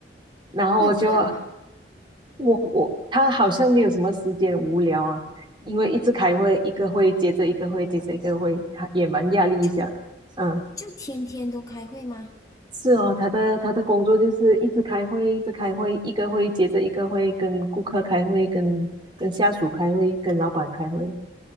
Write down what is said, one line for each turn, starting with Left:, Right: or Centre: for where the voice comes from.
Right: 然后我就
Left: 会无聊吗？
Right: 我我他好像没有什么时间无聊啊，因为一直开会，一个会接着一个会接着一个会，他也蛮压力一下的。
Left: 就
Right: 嗯
Left: 就天天都开会吗？
Right: 是哦，他的他的工作就是一直开会，一直开会，一个会接着一个会，跟顾客开会，跟跟下属开会，跟老板开会。